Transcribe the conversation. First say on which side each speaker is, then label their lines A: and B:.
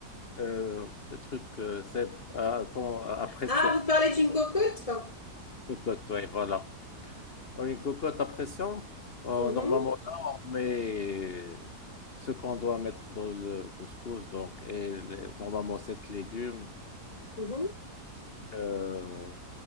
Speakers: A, on the left; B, on the left.
A: Euh, le truc, euh, Seb, à, quand- à- à pression.
B: Ah, vous parlez d'une cocotte?
A: Cocotte, oui, voilà. Oh, Une cocotte à pression, Oh,
B: Mhm,
A: normalement, là, on met ce qu'on doit mettre dans le couscous, donc, et les- normalement, sept légumes,
B: mhm.
A: euh,